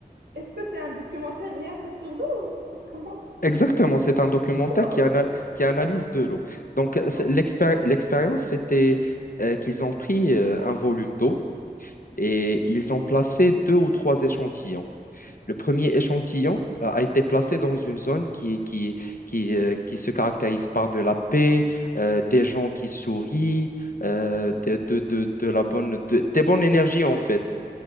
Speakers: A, on the right (about 75°); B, on the left (about 60°).
A: Est-ce que c'est un documentaire rien que sur l'eau ou ça se passe comment?
B: Exactement, c'est un documentaire
A: Ouais,
B: qui, ana-
A: ok.
B: qui analyse de l'eau. Donc, euh, c'est-
A: Hein?
B: l'expéri- l'expérience, c'était euh, qu'ils ont pris euh, un volume d'eau et ils ont placé deux ou trois échantillons. Le premier
A: Mhm.
B: échantillon euh, a été placé dans une zone qui, qui, qui, euh, qui se caractérise par de la paix, euh, des gens qui sourient, euh, de, de, de, de la bonne, de- des bonnes énergies en fait